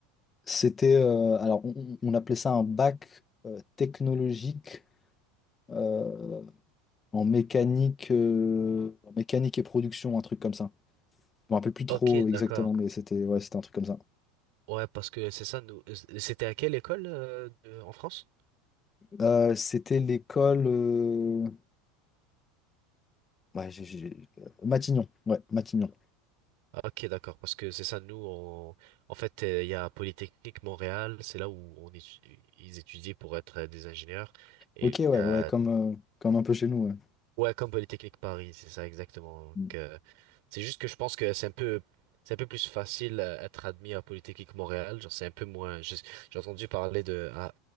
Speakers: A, on the left; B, on the right.
A: C'était, euh, alors, on, on appelait ça un bac euh, technologique euh, en mécanique, euh, en mécanique et production, un truc comme ça. Je me rappelle plus trop
B: Ok,
A: exactement,
B: d'accord.
A: mais c'était ouais, c'était un truc comme ça.
B: Ouais, parce que c'est ça, nous. C'était à quelle école euh, de- en France?
A: Euh, c'était l'école. euh, Ouais, j'ai- j'ai- euh, Matignon, ouais, Matignon.
B: Ah, Ok, d'accord. Parce que c'est ça, nous, on... en fait, euh, il y a Polytechnique Montréal, c'est là où on étu- ils étudient pour être euh, des ingénieurs. Et
A: Ok, ouais,
B: euh,
A: ouais, comme, euh, comme un peu chez nous, ouais.
B: ouais, comme Polytechnique Paris, c'est ça exactement. Donc,
A: Mm.
B: euh, c'est juste que je pense que c'est un peu, c'est un peu plus facile euh, être admis à Polytechnique Montréal. Genre, c'est un peu moins. je- J'ai entendu parler de ah,